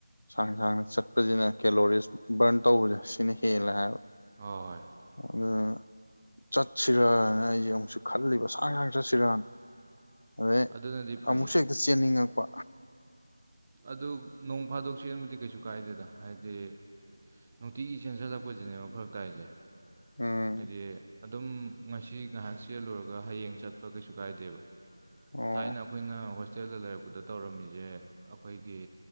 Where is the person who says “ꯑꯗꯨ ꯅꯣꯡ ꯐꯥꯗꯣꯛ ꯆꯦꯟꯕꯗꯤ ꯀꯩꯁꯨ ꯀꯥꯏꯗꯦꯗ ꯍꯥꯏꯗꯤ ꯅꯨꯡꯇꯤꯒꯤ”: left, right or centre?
Right